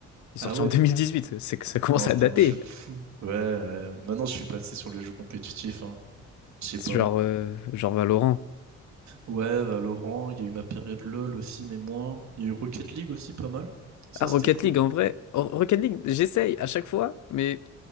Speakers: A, on the left; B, on the right.
A: Il est
B: Ah
A: sorti
B: ouais?
A: en 2018, c'est que ça commence
B: Non,
A: à
B: c'était
A: dater.
B: un jeu de fou. Ouais, ouais. Maintenant, je suis passé sur les jeux compétitifs, hein. Je sais
A: C'est
B: pas.
A: Genre, euh, genre Valorant.
B: Ouais, Valorant, il y a eu ma période LoL aussi, mais moins. Il y a eu Rocket League aussi, pas mal. Ça,
A: Ah,
B: c'était
A: Rocket
B: cool.
A: League, en vrai. Ro- Rocket League, j'essaye à chaque fois, mais